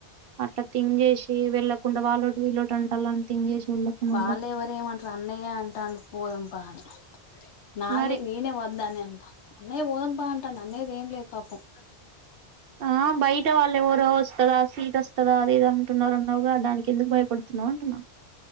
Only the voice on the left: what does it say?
వాళ్ళు
ఎవర ఏమంటారు అన్నయ్యే అంటాడు పోదాం పా అని నాదే
నేనే వద్దని అంటాన అన్నయ్య పోదాం పా అంటాడు అన్నయ్యది ఏం లేదు పాపం